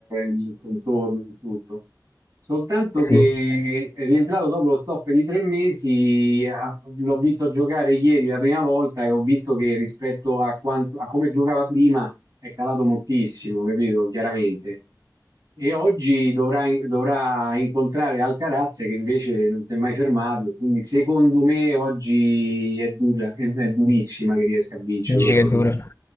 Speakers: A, on the right (about 55°); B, on the left (about 35°).
A: il contorno di tutto, soltanto che
B: Sì.
A: è rientrato dopo lo stop di tre mesi, ah, l'ho visto giocare ieri la prima volta e ho visto che rispetto a, quanto, a come giocava prima è calato moltissimo, capito? Chiaramente. E oggi dovrà, dovrà incontrare Alcaraz che invece non si è mai fermato, quindi secondo me oggi è dura, è, è durissima che riesca a vincerlo
B: Dici
A: il torneo.
B: che dura.